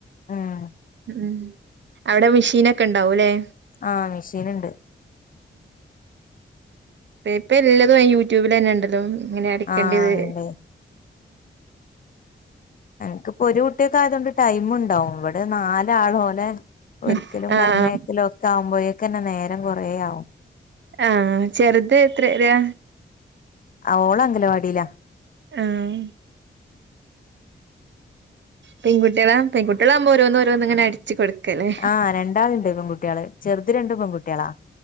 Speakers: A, on the left; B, on the right.
A: ഉം
B: ഇം അവിടെ മെഷീനൊക്കെ ഇണ്ടാവൂല്ലേ?
A: ആഹ് മെഷീനിണ്ട്.
B: പേപ്പെല്ലാ <unintelligible> യൂട്യൂബില് തന്നെ എണ്ടല്ലോ. ഇങ്ങനെ അടക്കെണ്ടത്.
A: ആ ഉണ്ട് അനക്കിപ്പ ഒരു കുട്ടിയൊക്കെ ആയതുകൊണ്ട് ടൈം ഇണ്ടാവും ഇവിടെ നാലാളോലെ ഒരിക്കലും
B: ഉം ആഹ്
A: പറഞ്ഞയക്കലും ഒക്കെ ആകുമ്പയേ എനക്കന്നെ നേരം കൊറേ ആവും.
B: ആ ചെറുത് എത്രയിലാ?
A: അവള് അംഗലവാടിയിലാ.
B: ആം. പെൺ കുട്ടികളാ പെൺകുട്ടികളാകുമ്പോ ഓരോന്ന് ഓരോന്ന് ഇങ്ങനെ അടിച്ചു കൊടു ക്കല്ലേ
A: ആഹ് രണ്ടാളുണ്ട് പെൺകുട്ടികള് ചെറുത് രണ്ട് പെൺകുട്ടികളാ